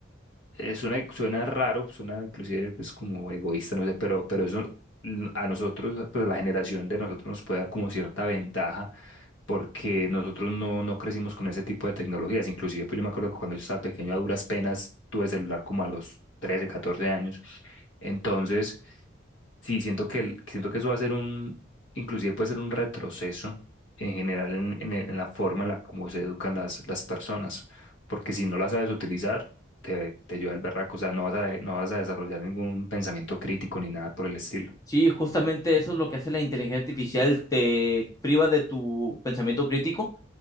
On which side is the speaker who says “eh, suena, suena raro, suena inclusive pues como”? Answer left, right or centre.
Left